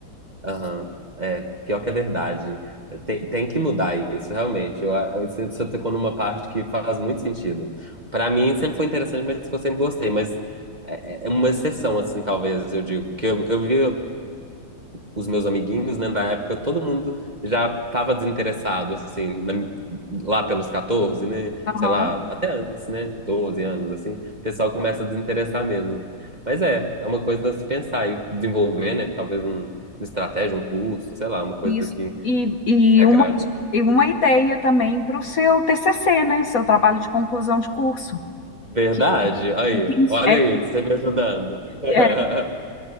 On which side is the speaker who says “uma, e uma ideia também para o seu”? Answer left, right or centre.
Left